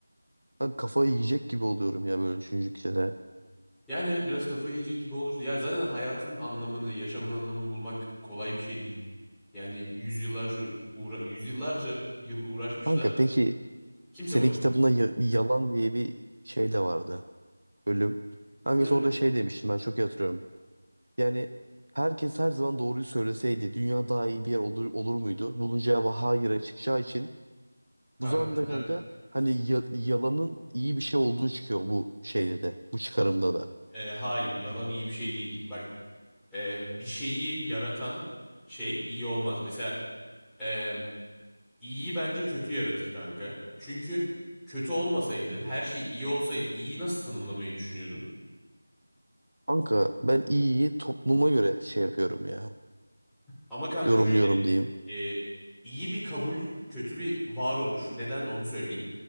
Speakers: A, on the right; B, in the centre.
A: ben kafayı yiyecek gibi oluyorum ya böyle düşündükçe de.
B: Yani evet biraz kafayı yiyecek gibi olur. Ya zaten hayatın anlamını, yaşamın anlamını bulmak kolay bir şey değil. Yani yüzyıllarca uğra yüzyıllarca yıl uğraşmışlar.
A: Kanka peki
B: Kimse
A: senin
B: bulamadı.
A: kitabında ya- yalan diye bir şey de vardı. Bölüm. Hangisi
B: Evet
A: orada şey demiştim ben çok iyi hatırlıyorum. Yani herkes her zaman doğruyu söyleseydi dünya daha iyi bir yer olur, olur muydu? Bunun cevabı hayır'a çıkacağı için
B: kanka.
A: bu zamanda kanka hani ya- yalanın iyi bir şey olduğu çıkıyor bu şeyde de bu çıkarımda da.
B: E, hayır yalan iyi bir şey değil. Bak e, bir şeyi yaratan şey iyi olmaz. Mesela e, iyiyi bence kötü yaratır kanka. Çünkü kötü olmasaydı, her şey iyi olsaydı iyiyi nasıl tanımlamayı düşünüyordun?
A: Kanka ben iyiyi topluma göre şey yapıyorum ya
B: Ama kanka
A: yorumluyorum
B: şöyle
A: diyeyim.
B: e, iyi bir kabul, kötü bir varoluş. Neden onu söyleyeyim.